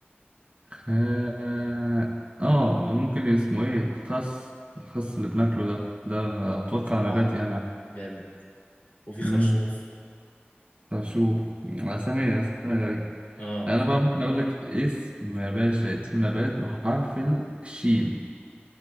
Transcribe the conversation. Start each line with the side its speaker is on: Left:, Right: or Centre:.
Right: خ... اه آه، ممكن اسمه ايه خس الخس اللي بناكله ده ده اتوقع
Left: صح
Right: نبات يعني
Left: جامد وفي خرشوف
Right: مم. طب شوف اسامي اسامي غريبة
Left: اه
Right: انا بقى ممكن اقول لك اسم يا باشا اسم نبات بحرف الشين